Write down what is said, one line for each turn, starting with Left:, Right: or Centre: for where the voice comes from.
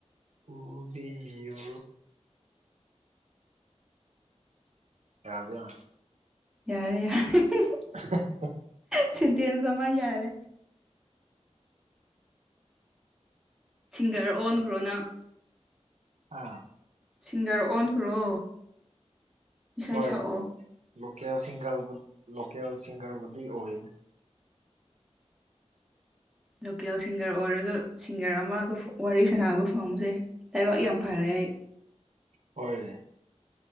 Right: ꯄꯨꯕꯤꯌꯣ ꯌꯥꯕ
Centre: ꯌꯥꯔꯦ ꯌꯥꯔꯦ
Right: <unintelligible>
Centre: <unintelligible> ꯆꯤꯟꯇꯦꯟꯖꯃꯥꯏ ꯌꯥꯔꯦ ꯁꯤꯡꯒꯔ ꯑꯣꯟꯈ꯭ꯔꯣꯅꯪ
Right: ꯍꯥ
Centre: ꯁꯤꯡꯒꯔ ꯑꯣꯟꯈ꯭ꯔꯣ ꯏꯁꯩ
Right: ꯍꯣꯏ
Centre: ꯁꯛꯑꯣ
Right: ꯂꯣꯀꯦꯜ ꯁꯤꯡꯒꯔꯕꯨ ꯂꯣꯀꯦꯜ ꯁꯤꯡꯒꯔꯕꯨꯗꯤ ꯑꯣꯏ
Centre: ꯂꯣꯀꯦꯜ ꯁꯤꯡꯒꯔ ꯑꯣꯏꯔꯁꯨ ꯁꯤꯡꯒꯔ ꯑꯃꯒ ꯋꯥꯔꯤ ꯁꯥꯟꯅꯕ ꯐꯥꯎꯖꯩ ꯂꯩꯕꯥꯛ ꯌꯥꯝ ꯐꯔꯦ ꯑꯩ
Right: ꯍꯣꯏ